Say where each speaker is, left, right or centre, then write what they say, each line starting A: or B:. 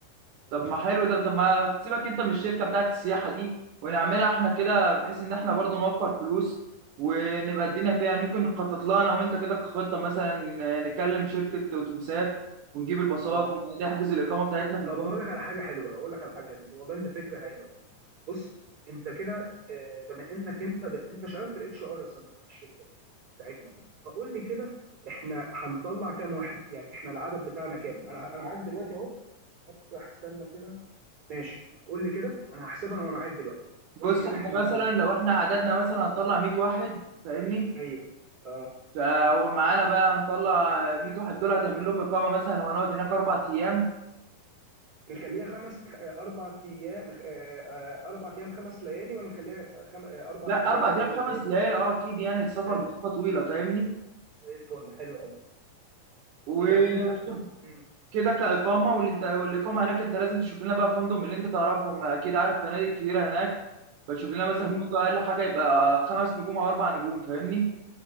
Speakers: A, on the right; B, on the right.
A: طب ما حلو ده طب ما تسيبك انت من الشركه بتاعت السياحه دي ونعملها احنا كده بحيث ان احنا برضه نوفر فلوس ونبقى الدنيا فيها يعني ممكن نخطط لها انا وانت كده كخطه مثلا نكلم شركه اتوبيسات ونجيب الباصات
B: اه
A: نحجز الاقامه بتاعتنا في
B: طب
A: الفندق
B: هقول لك على حاجه حلوه هقول لك على حاجه حلوه دي والله انت فكره هايله والله بص انت كده آه، بما انك انت دل... انت شغال في الاتش ار يا صديقي في الشركه دي بتاعتنا دي فقول لي كده احنا هنطلع كام واحد يعني احنا العدد بتاعنا كام انا انا معاك دلوقتي اهو هفتح استنى كده ماشي قول لي كده انا هحسبها وانا معاك دلوقتي قول
A: بص
B: لي كده
A: احنا
B: احنا
A: مثلا
B: مح-
A: لو احنا عددنا مثلا هنطلع 100 واحد فاهمني
B: 100 اه
A: فا- ومعانا بقى هنطلع 100 واحد دول هتعمل لهم اقامه مثلا لو هنقعد هناك اربع ايام
B: نخليها خمس آه، اربع ايام آه، آه، اربع ايام خمس ليالي ولا نخليها آه، خم... آه، اربع
A: لا
B: ايام
A: اربع ايام
B: ثلاث
A: خمس
B: ليالي
A: ليالي اه اكيد يعني السفر
B: حلو
A: مسافه طويله فاهمني
B: زي الفل حلو قوي
A: وشوف
B: يبقى كده لو مم.
A: كده كاقامه واللي انت والاقامه هناك انت لازم تشوف لنا بقى فندق من اللي انت تعرفهم اكيد عارف فنادق كتيره هناك فتشوف لنا مثلا
B: اكيد
A: فندق اقل حاجه يبقى خمس نجوم او اربع نجوم فاهمني